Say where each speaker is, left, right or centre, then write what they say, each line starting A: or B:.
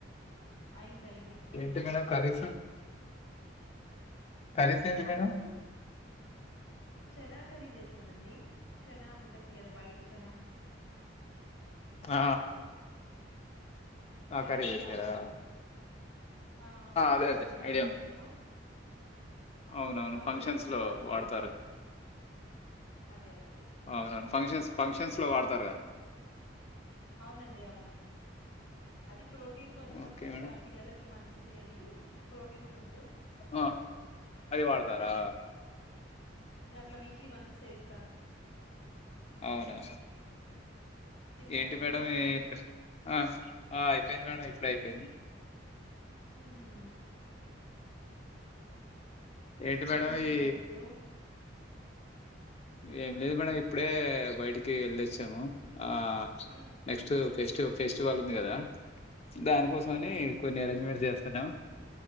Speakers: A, on the left; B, on the left.
A: అయింది అయింది ఇప్పుడే
B: ఏంటి
A: చేసా
B: మేడం కర్రీస్ కర్రీస్ ఏంటి
A: కర్రీసు
B: మేడం
A: చెనా కర్రీస్ వేస్త తానండి చనా ఉంటుంది కదా వైట్ చనా
B: ఆ ఆ
A: శనగల్లాగా
B: కర్రీ చేసారా
A: ఆ పెద్ద
B: అదే
A: శనగలు
B: అదే ఐడియా
A: ఉంటాయి
B: ఉంది
A: కదా
B: అవునవును
A: కాబులి
B: ఫంక్షన్స్
A: షనాను
B: లో
A: ఏదో
B: వాడతారు
A: అంటారు అదే అదే
B: అవునను ఫంక్షన్స్ ఫంక్షన్స్ లో వాడతారుగా
A: అవునండి అవును అది ప్రోటీన్ కొంచెం
B: ఓకే మేడం
A: ఇంకా పిల్లలకు మంచిది అని ప్రోటీన్ ఫుడ్
B: ఆ అది వాడతారా
A: యా అట్లా వీక్లీ వన్స్ చేస్తాను
B: అవునా
A: తిన్నారా
B: ఏంటి
A: మీరు
B: మేడం
A: అయిందా లంచ్
B: ఆ ఆ అయిపోయింది మేడం ఇప్పుడే అయిపోయింది
A: ఊహు
B: ఏంటి మేడం
A: ఏం చేస్తున్నారు
B: ఈ
A: ఇప్పుడు
B: ఏం లేదు మేడ ఇప్పుడే బయటికి వెళ్ళొచ్చాము ఆ
A: హ్మ్
B: నెక్స్ట్ ఫెస్ట్ ఫెస్టివల్ ఉంది కదా దానికోసంని
A: హ్మ్
B: కొన్ని అరేంజ్మెంట్స్ చేస్తున్నాం